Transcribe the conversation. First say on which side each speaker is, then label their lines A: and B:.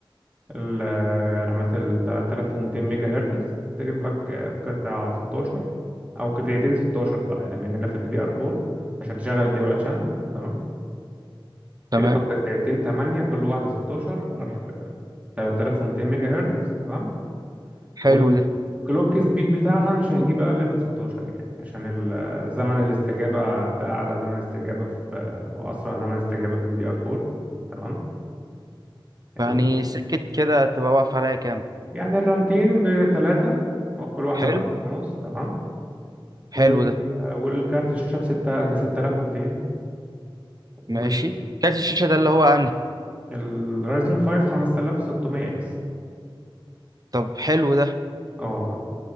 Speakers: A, on the right; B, on the right.
A: الرامات ال 3200 ميجا هرتز تجيب لك آه، قطع 16 او قطعتين 16 بقى لان في الدي دي ار 4 عشان تشغل الدول شانل تمام
B: تمام
A: تجيب لك قطعتين 8 كل واحده 16 أر- 3200 ميجا هرتز تمام
B: حلو
A: والكلوك
B: ده
A: سبيد بتاعها مش هنجيب اقل من 16 يعني عشان ال- زمن الاستجابه ده اعلى زمن استجابه في واسرع زمن استجابه في الدي دي ار 4 تمام
B: يعني
A: ال-
B: سكة كده تبقى واقف عليا كام
A: يعني الرامتين بثلاثه كل واحده
B: حلو
A: ب 1000 ونص تمام وال
B: حلو ده
A: والكارت الشاشه بستة ب 6200 والبورده
B: ماشي كارت الشاشة ده اللي هو أنهي
A: الرايزن 5 5600 اكس
B: طب حلو ده
A: اه